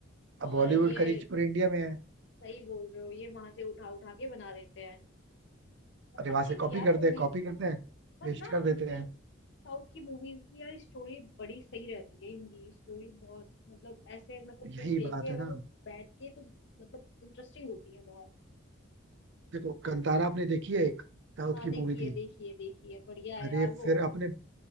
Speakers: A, on the right; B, on the left.
A: अब
B: और
A: बॉलीवुड
B: ये
A: का रीच पूरे इंडिया में है
B: सही बोल रहे हो ये वहां से उठा उठा के बना देते हैं
A: अरे
B: अच्छी
A: वहां से
B: थी
A: कॉपी
B: यार
A: करते
B: मूवीज
A: हैं कॉपी करते हैं
B: पर
A: पेस्ट
B: ना
A: कर देते
B: इनकी
A: हैं
B: साउथ की मूवीज की यार स्टोरी बड़ी सही रहती है इनकी स्टोरी बहुत मतलब ऐसे मतलब
A: यही
B: कोई देखे
A: बात है
B: अगर
A: ना
B: बैठ के तो मतलब इंटरेस्टिंग होती है बहुत
A: देखो कंतारा आपने देखी है एक साउथ
B: हाँ
A: की
B: देखिए
A: मूवी थी
B: देखिए देखिए बढ़िया है
A: अरे
B: यार वो
A: फिर अपने